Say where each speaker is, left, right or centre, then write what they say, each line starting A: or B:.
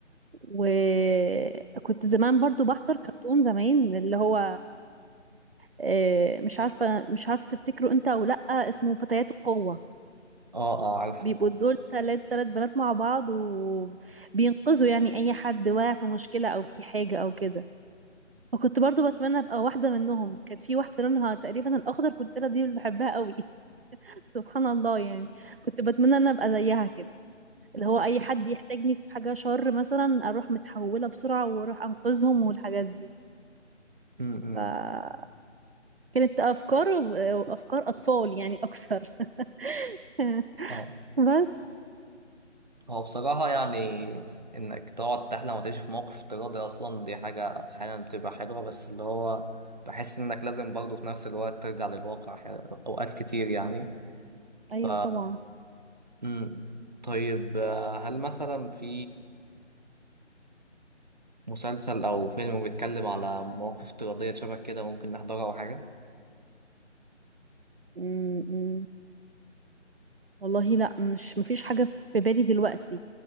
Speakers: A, on the right (about 50°); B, on the right (about 35°).
A: وكنت زمان برضو بحضر كرتون زمان اللي هو آه، مش عارفة مش عارفة تفتكره انت او لأ اسمه فتيات القوة
B: آه آه عارف
A: بيبقوا دول تلات تلات بنات مع بعض وبينقذوا يعني اي حد واقع في مشكلة او في حاجة او كده فكنت برضو بتمنى ابقى واحدة منهم كان في واحدة لونها تقريبا الاخضر كنت انا دي اللي بحبها قوي <laughs> سبحان الله يعني كنت بتمنى ان أنا ابقى زيها كده اللي هو اي حد يحتاجني في حاجة شر مثلا اروح متحولة بسرعة واروح انقذهم والحاجات دي
B: م- م.
A: فكانت افكار افكار اطفال يعني اكثر <laughs>
B: آه
A: بس
B: هو بصراحة يعني إنك تقعد تحلم وتعيش في موقف افتراضي أصلا دي حاجة أحيانا بتبقى حلوة بس اللي هو بحس إنك لازم برضه في نفس الوقت ترجع للواقع ح- أوقات كتير يعني
A: ايوه
B: ف
A: طبعا
B: مم. طيب آه، هل مثلا في مسلسل أو فيلم بيتكلم على مواقف افتراضية شبه كده ممكن نحضرها أو حاجة؟
A: م- م. والله لا مش مفيش حاجة في بالي دلوقتي